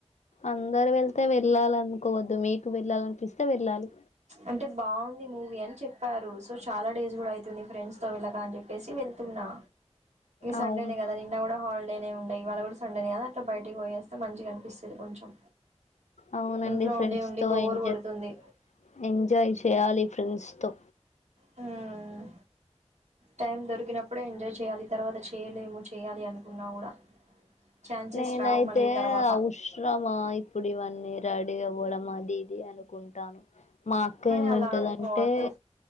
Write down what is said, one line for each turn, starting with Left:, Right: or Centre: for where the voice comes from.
Left: అందరు వెళ్తే వెళ్ళాలి అనుకోవద్దు మీకు వెళ్ళాలనిపిస్తే వెళ్ళాలి
Right: అంటే బాగుంది మూవీ అని చెప్పారు సో చాలా డేస్ కూడా అవుతుంది ఫ్రెండ్స్ తో వెళ్ళకా అని చెప్పేసి వెళ్త సండేనే
Left: అవునా
Right: కదా నిన్న కూడా హలీ నే ఉండే ఇవ్వాలా కూడా సండేనే కాదా అట్లా బయటకి పోయేస్తే మంచిగా కనిపిస్తుంది కొంచెం
Left: అవునండి
Right: ఇంట్లో
Left: ఫ్రెండ్స్
Right: ఉండి ఉండి
Left: తో
Right: బోర్
Left: ఎంజాయ్
Right: కొడుతుంది
Left: ఎం ఎంజాయ్ చేయాలి ఫ్రెండ్స్తో
Right: హామ్ టైం దొరికినప్పుడే ఎంజాయ్ చేయాలి తర్వాత చేయలేము చేయ్యాలి అనుకున్నా కూడా ఛాన్సెస్
Left: నేనైతే
Right: రావు మళ్ళీ తర్వాత
Left: అవసరమా ఇప్పుడు ఇవన్నీ రెడీ అవ్వడం అది ఇది అనుకుంటాను మా అక్క
Right: కానీ
Left: ఏమంటదంటే
Right: అలా అనుకోవద్దు